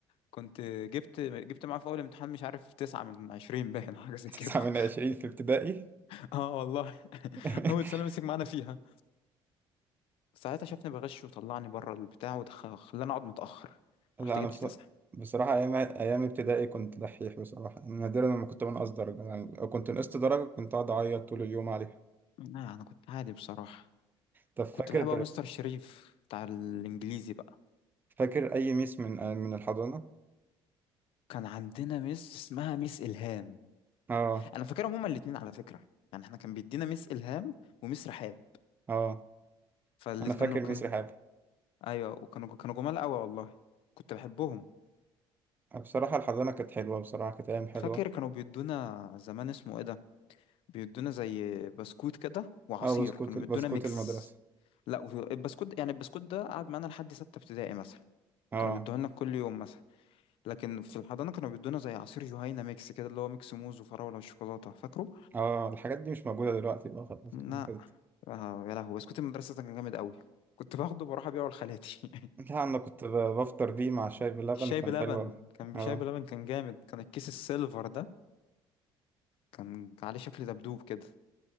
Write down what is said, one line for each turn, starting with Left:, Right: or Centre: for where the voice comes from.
Left: كنت جبت جبت معاه في اول امتحان مش عارف تسعة من عشرين باين حاجه زي
Right: <laughs>
Left: كده
Right: تسعة من عشرين في ابتدائي
Left: <laughs> اه والله <laughs>
Right: <laughs>
Left: اول سنه مسك معانا فيها ساعتها شافني بغش وطلعني بره البتاع وخلاني اقعد متاخر
Right: لا
Left: رحت
Right: انا
Left: جبت
Right: بص...
Left: تسعة
Right: بصراحة ايام ايام ابتدائي كنت دحيح بصراحة نادرا لما كنت بنقص درجة يعني لو كنت نقصت درجة كنت اقعد اعيط طول اليوم عليها
Left: لا انا كنت عادي بصراحه
Right: طب فاكر
Left: كنت بحب أوي مستر شريف بتاع الانجليزي بقى
Right: فاكر أي ميس من من الحضانة؟
Left: كان عندنا مس اسمها مس الهام
Right: اه
Left: انا فاكرهم هما الاتنين على فكره يعني احنا كان بيدينا مس الهام ومس رحاب
Right: اه
Left: فاللي
Right: أنا
Left: كانوا
Right: فاكر ميس
Left: كانوا
Right: رحاب
Left: ايوه وكانوا كانوا جمال قوي والله كنت بحبهم
Right: بصراحة الحضانة كانت حلوة بصراحة كانت أيام حلوة
Left: فاكر كانوا بيدونا زمان اسمه ايه ده بيدونا زي بسكوت كده وعصير
Right: اه بسكوت
Left: كانوا
Right: بسكوت
Left: بيدونا ميكس
Right: المدرسة
Left: لا البسكوت يعني البسكوت ده قعد معانا لحد ستة ابتدائي مثلا
Right: اه
Left: كانوا بيدوه لنا كل يوم مثلا لكن في الحضانة كانوا بيدونا زي عصير جهينة ميكس كده اللي هو ميكس موز وفراولة وشوكولاتة فاكره؟
Right: اه الحاجات دي مش موجودة دلوقتي بقى خلاص
Left: لا
Right: كان كده
Left: آه يا لهوي بسكوت المدرسة ده كان جامد قوي كنت باخده بروح ابيعه لخالاتي
Right: لا أنا كنت ب- بفطر بيه مع شاي
Left: <laughs>
Right: بلبن
Left: الشاي
Right: كان
Left: بلبن
Right: حلو أوي
Left: كان بشاي
Right: اه
Left: بلبن كان جامد كان الكيس السيلفر ده كان عليه شكل دبدوب كده